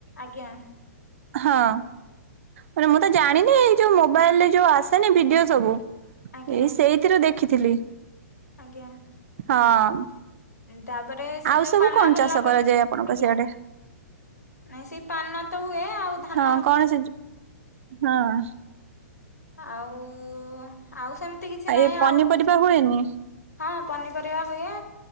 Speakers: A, on the left; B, on the right.
A: ଆଜ୍ଞା।
B: ହଁ। ମାନେ ମୁଁ ତ ଜାଣିନି ଏଇ ଯୋଉ ମୋବାଇଲ ରେ ଯୋଉ ଆସେନି ଭିଡିଓ ସବୁ।
A: ଆଜ୍ଞା
B: ଏଇ ସେଇଥିରୁ ଦେଖିଥିଲି।
A: ଆଜ୍ଞା।
B: ହଁ।
A: ତାପରେ ସେ
B: ଆଉ
A: ଯୋଉ
B: ସବୁ
A: ପାନ
B: କଣ
A: ହେଲା
B: ଚାଷ
A: ପରେ
B: କରାଯାଏ ଆପଣଙ୍କ
A: ଆଜ୍ଞା।
B: ସିଆଡେ
A: ନାଇଁ ସେଇ ପାନ ତ ହୁଏ ଆଉ ଧାନ।
B: ହଁ କଣ ସେ ଯୋଉ ହଁ।
A: ଆଉ ଆଉ ସେମିତି କିଛି ନାହିଁ
B: ଏ ପନିପରିବା
A: ଆଉ
B: ହୁଏନି?
A: ହଁ ପନିପରିବା ହୁଏ